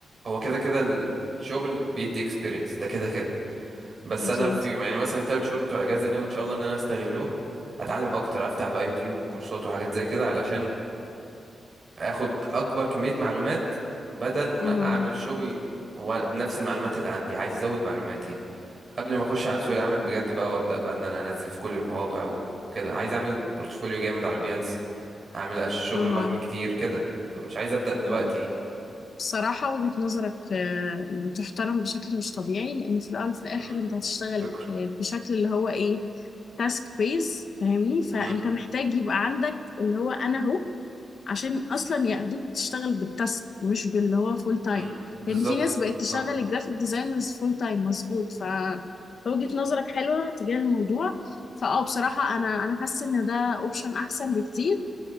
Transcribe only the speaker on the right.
هو كده كده الشغل بيدي اكسبيرينس ده كده كده بس
انا في يعني مثلا التلات شهور بتوع الاجازة ناوي ان شاء الله ان انا استغلهم اتعلم اكتر افتح بقى يوتيوب وكورسات وحاجات زي كده علشان اخد اكبر كمية معلومات بدل ما
اعمل شغل و- بنفس المعلومات اللي عندي عايز ازود معلوماتي قبل ما اخش على سوق العمل بجد بقى وابدا بقى ان انا انزل في كل المواقع وكده عايز اعمل بورتفوليو جامد على بيانس اعمل أش- شغل
وهم كتير كده فمش عايز ابدا دلوقتي
يعني
امم
شكرا
امم
امم بالظبط
اه